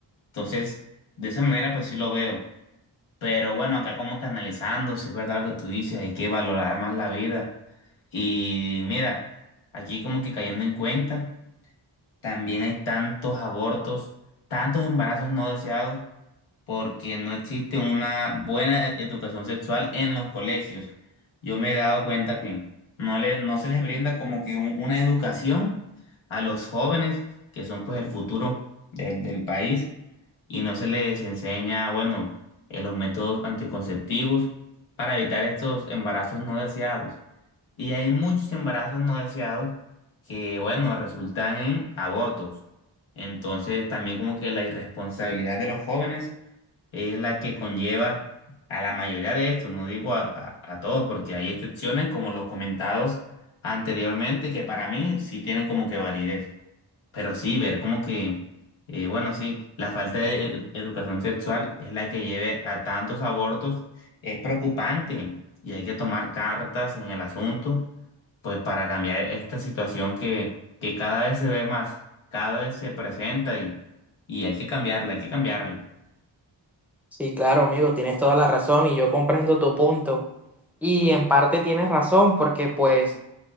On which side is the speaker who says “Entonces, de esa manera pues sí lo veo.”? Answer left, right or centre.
Left